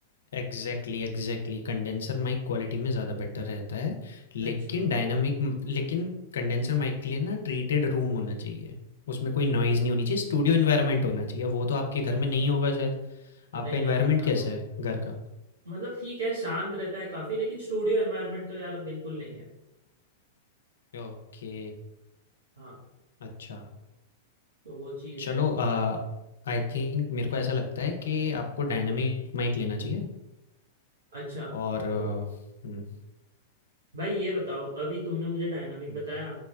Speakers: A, on the left (about 75°); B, on the right (about 80°).
A: Exactly exactly condenser mic quality में ज़्यादा बेटर रहता है लेकिन
B: अच्छा
A: डायनामिक लेकिन कंडेंसर माइक के लिए ना ट्रीटेड रूम होना चाहिए उसमें कोई नॉइज़ नहीं होनी चाहिए स्टूडियो इन्वायरमेंट होना चाहिए वो तो आपके घर में नहीं होगा शायद
B: नहीं
A: आपका इन्वायरमेंट
B: यार इतना
A: कैसा
B: तो
A: है घर का
B: मतलब ठीक है शांत रहता है काफी लेकिन स्टूडियो एनवायरनमेंट तो यार अब बिल्कुल नहीं है
A: ओके
B: हाँ
A: अच्छा
B: तो वो चीज
A: चलो
B: है
A: आई थिंक मेरे को ऐसा लगता है कि आपको डायनामिक माइक लेना चाहिए
B: अच्छा
A: और अ,
B: तो
A: हम्म
B: भाई ये बताओ अभी तुमने मुझे डायनामिक
A: हम्म
B: बताया